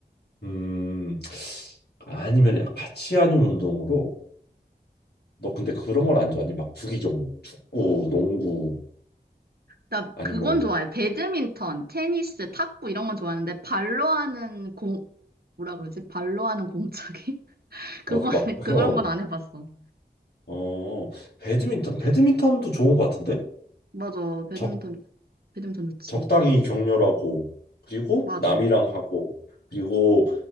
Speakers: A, on the left; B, on the right.
A: 음. 아니면 같이 하는 운동으로 너 근데 그런 걸 안 좋아하니? 막 구기 종목, 축구, 농구
B: 나
A: 아니
B: 그건
A: 뭐
B: 좋아해. 배드민턴, 테니스, 탁구 이런 건 좋아하는데 발로 하는 공, 뭐라 그러지? 발로 하는 공차기? 그거,
A: 어, 그
B: <laughs>
A: 막, <laughs>
B: 그런
A: 어,
B: 건 안 해봤어.
A: 어, 배드민턴, 배드민턴도 좋은 것 같은데?
B: 맞아. 배드민턴,
A: 적,
B: 배드민턴 좋지.
A: 적당히 격렬하고, 그리고
B: 맞아.
A: 남이랑 하고, 그리고